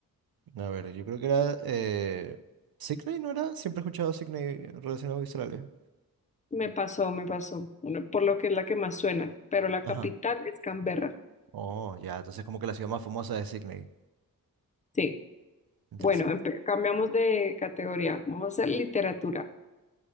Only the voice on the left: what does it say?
Me pasó, me pasó, Bueno, por lo que es la que más suena, pero la
capital es Canberra.
Sí,
bueno, empe- cambiamos de categoría, vamos a hacer literatura.